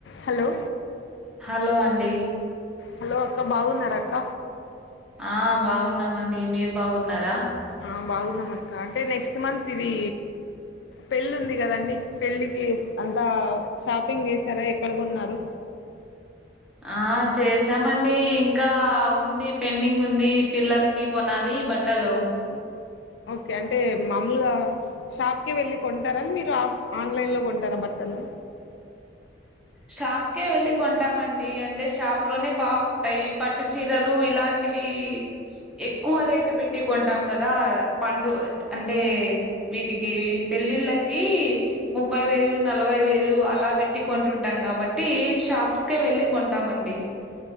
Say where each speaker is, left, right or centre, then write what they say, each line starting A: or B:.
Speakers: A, on the left; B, in the centre.
A: Hello
B: hello అండి
A: hello అక్క బాగున్నార అక్క
B: ఆ బాగున్నామండి మీరు బాగున్నారా
A: ఆ బాగున్నమక్క అంటే నెక్స్ట్ మంత్ ఇది పెళ్ళి ఉంది కదండి పెళ్ళికి అంతా షాపింగ్ చేశారా ఎక్కడ కొన్నారు
B: ఆ చేసామండి ఇంకా ఉంది పెండింగ్ ఉంది పిల్లలకి కొనాలి బట్ ట్టలు
A: ఓకే అంటే మాములుగా షాప్కి వెళ్ళి కొంటారా మీరు ఆఫ్ ఆన్లైన్లో కొంటారా బట్టలు
B: షాప్కే వెళ్ళి కొంటామండి అంటే షాప్ లోనే బాగుంటాయి పట్టు చీరలు ఇలాం టీవి ఎక్కువ రేటు పెట్టి కొంటాం కదా పండు అంటే వీటికి పెళ్ళిళ్ళకి ముప్పై వేలు నలభై వేలు అలా పెట్టి కొంటుం టాం కాబట్టి షాప్స్కే వెళ్ళి కొంటామండి